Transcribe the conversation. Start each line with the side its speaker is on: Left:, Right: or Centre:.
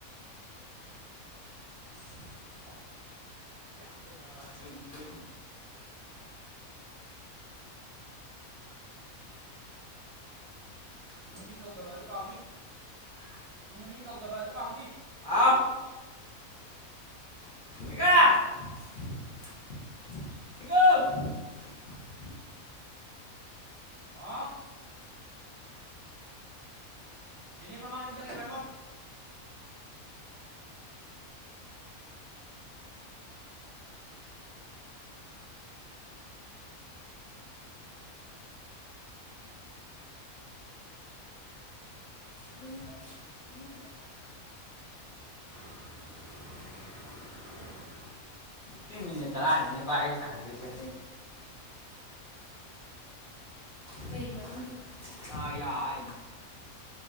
Right: ꯁꯅ ꯌꯥꯠꯇꯅ
Left: ꯁꯨꯗ
Right: ꯃꯤ ꯃꯃꯤꯡ ꯀꯧꯗꯕ ꯑꯗꯨ ꯀꯥꯎꯅꯤ ꯃꯤ ꯃꯃꯤꯡ ꯀꯧꯗꯕ ꯑꯗꯨ ꯀꯥꯎꯅꯤ
Left: ꯑꯐ ꯂꯩꯀꯀꯣ
Right: ꯑ ꯅꯤꯃ ꯃꯥꯂ ꯆꯈꯦꯕꯥꯏꯃꯣ
Left: ꯗꯨꯏ ꯗꯗꯨꯕꯏ
Right: <inaudible>
Left: ꯄ ꯃꯤꯅꯤꯠ ꯇꯔꯥꯅꯤꯅꯤꯄꯥꯥꯏ ꯑꯩ ꯁꯥꯟꯅꯗꯣꯏꯁꯦ ꯀꯩ ꯃꯔꯝꯒꯤ ꯑ ꯌꯥꯔꯅ